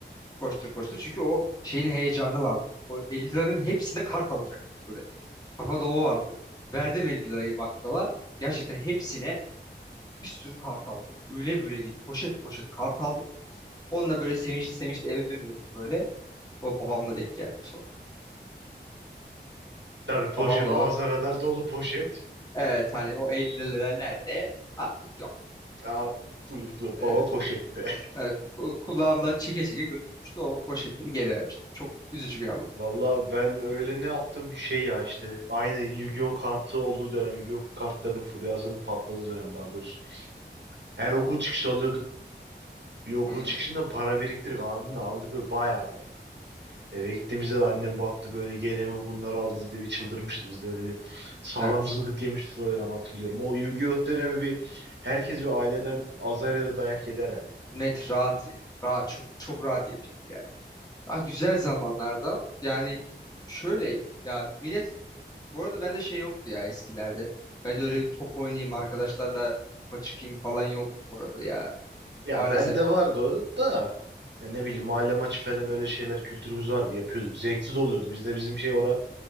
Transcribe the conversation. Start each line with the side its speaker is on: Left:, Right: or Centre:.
Left: Koştur koştur. Çünkü o şeyin heyecanı vardı. O 50 liranın hepsine kart alacak. Böyle kafa doğu vardı. Verdim 50 lirayı bakkala. Gerçekten hepsine bir sürü kart aldım. Öyle böyle değil. Poşet poşet kart aldım. Onunla böyle sevinçli sevinçli eve dönüyorduk böyle. O babamla denk geldik sonra.
Right: <laughs> Tabii poşet
Left: Babamla
Right: ağzına kadar dolu poşet.
Left: Evet hani o 50 lira nerede artık yok.
Right: Aa, buyur bu-
Left: Evet,
Right: baba poşette.
Left: evet, ku- kulağımdan çeke çeke götürmüştü o poşetleri geri vermiştim. Çok üzücü bir
Right: <laughs>
Left: anım.
Right: Valla ben öyle ne yaptım bir şey ya işte. Aynı Yu-Gi-Oh kartı olduğu dönem. Yu-Gi-Oh kartlarının furyasının patladığı dönem daha doğrusu. Her okul çıkışı alıyorduk. Bir okul
Left: Hı,
Right: çıkışında para biriktirdik. Abimle aldık ve bayağı bir aldık. Eve gittiğimizde de annem baktı böyle gene mi bunları aldınız diye bir çıldırmıştı. Biz de öyle bir sağlam
Left: evet
Right: zılgıt yemiştik o dönem hatırlıyorum. O Yu-Gi-Oh dönemi bir herkes bir aileden azar ya da dayak yedi herhalde. Ya
Left: net rahat ya. rahat çok çok rahat yemiştim yani. ah güzel zamanlarda yani şöyle ya millet bu arada bende şey yoktu ya eskilerde. Ben de öyle bir top oynayayım arkadaşlarla topa çıkayım falan yok bu arada ya.
Right: Ya
Left: Maalesef.
Right: bende vardı o da ya ne bileyim mahalle maçı falan öyle şeyler kültürümüz vardı yapıyorduk. Zevkli de oluyordu. Bizde bizim şey ora